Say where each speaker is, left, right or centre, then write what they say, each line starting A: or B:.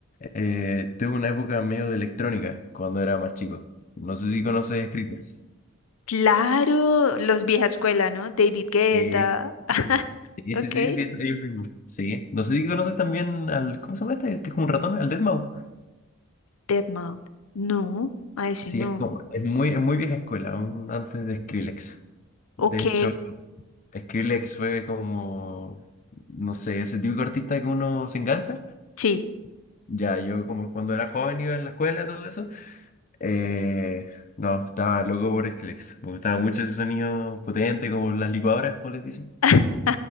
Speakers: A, on the left; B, on the left.
A: Eh, tuve una época medio de electrónica cuando era más chico. No sé si conoces Skrillex.
B: Claro, los vieja escuela, ¿no? David Guetta,
A: Sí,
B: <laughs>
A: sí,
B: ok.
A: sí, sí, sí, ellos mismos. Sí. No sé si conoces también al, ¿cómo se llama este? Que es como un ratón, al deadmau
B: Dead Mode. No, a ese
A: Sí,
B: no.
A: es como, es muy, es muy vieja escuela, aún antes de Skrillex. De
B: Ok,
A: hecho, Skrillex fue como, no sé, ese típico artista que uno se engancha.
B: sí.
A: Ya, yo como cuando era joven iba en la escuela, todo eso. eh, no, estaba loco por Skrillex. Me gustaba mucho ese sonido potente, como las licuadoras, como les dicen.
B: <laughs>